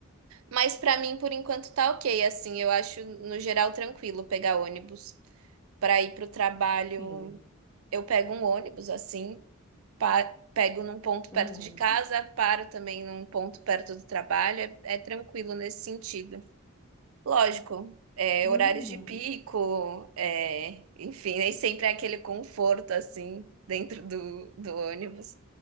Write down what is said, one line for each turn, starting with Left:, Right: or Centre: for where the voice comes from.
Right: Mas para mim, por enquanto, tá ok, assim. Eu acho, no geral, tranquilo pegar ônibus para ir para o trabalho,
Left: Sim.
Right: eu pego um ônibus assim, pa- pego num ponto perto
Left: Uhum,
Right: de casa, paro também num ponto perto do trabalho, é, é tranquilo nesse sentido. Lógico, é,
Left: uhum.
Right: horários de pico, é, enfim, nem sempre é aquele conforto assim dentro do, do ônibus,